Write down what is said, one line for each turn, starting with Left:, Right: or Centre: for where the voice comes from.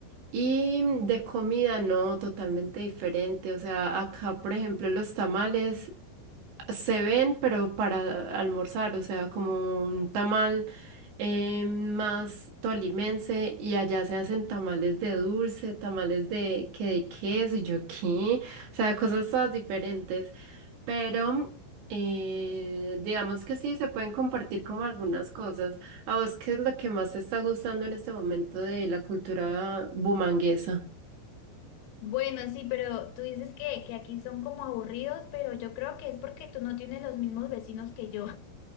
Right: Y de comida, no, totalmente diferente. O sea, acá, por ejemplo, los tamales se ven, pero para almorzar, o sea, como un tamal eh, más tolimense y allá se hacen tamales de dulce, tamales de que de queso y yo qué, o sea, cosas todas diferentes, pero eh, digamos que sí, se pueden compartir como algunas cosas. ¿A vos qué es lo que más te está gustando en este momento de la cultura bumanguesa?
Left: Bueno, sí, pero tú dices que, que aquí son como aburridos, pero yo creo que es porque tú no tienes los mismos vecinos que yo.